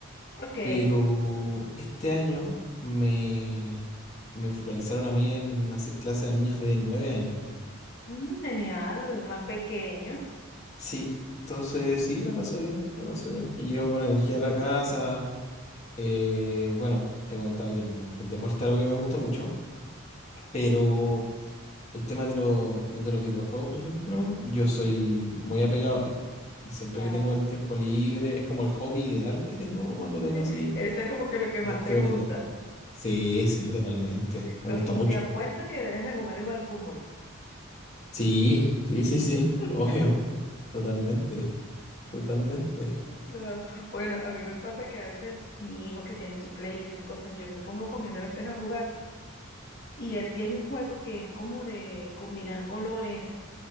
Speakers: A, on the left (about 50°); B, on the left (about 35°).
A: Ok.
B: Pero este año me, me focalizaron a mí en hacer clases a niños de 9 años.
A: Mm, genial, más pequeños,
B: Sí, entonces sí, la paso bien, la paso bien. Y llego con energía a la casa. Eh, bueno, te comentaba que el, el deporte es algo que me gusta mucho, pero el tema de, lo- de los videojuegos, por ejemplo, yo soy muy apegado a ellos. Siempre
A: claro.
B: que tengo el tiempo libre, es como el hobby ideal que tengo cuando tengo
A: <laughs>
B: así
A: Eso es como que lo que más
B: dos,
A: te
B: tres
A: gusta,
B: horitas. Sí, sí, totalmente. Me
A: ¿no?
B: gusta
A: Y
B: mucho.
A: te apuesto que debes de jugar igual fútbol.
B: Sí, sí, sí, sí,
A: <laughs>
B: obvio, totalmente, totalmente.
A: No, bueno, a mí me pasa que a veces mi hijo que tiene su play y esas cosas, yo me pongo con él a veces a jugar y él tiene un juego que es como de combinar colores